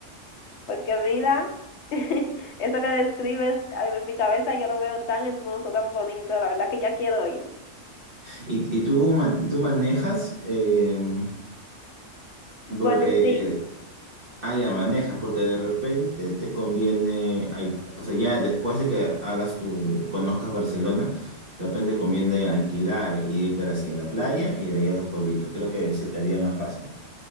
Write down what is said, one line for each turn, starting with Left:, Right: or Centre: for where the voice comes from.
Left: Porque mira, <laughs> eso que describes ay, en mi cabeza yo lo veo tan hermoso, tan bonito, la verdad que ya quiero ir.
Right: ¿Y, y tú, ma- tú manejas? eh,
Left: Bueno,
Right: porque,
Left: sí.
Right: ah, ya manejas, porque de repente te conviene, al- o sea, ya después de que hagas tu, conozcas Barcelona, de repente conviene alquilar y irte hacia la playa y de ahí a los pueblitos. Creo que se te haría más fácil.